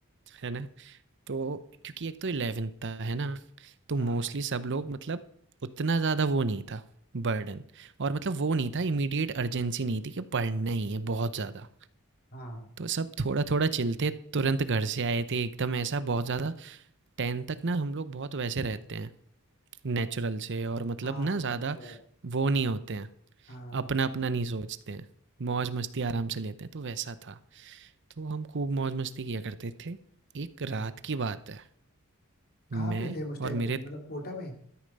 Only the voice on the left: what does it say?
हाँ
हाँ
हाँ
ये तो है
हाँ
हाँ
कहाँ
पे थे उस टाइम
पे
मतलब कोटा में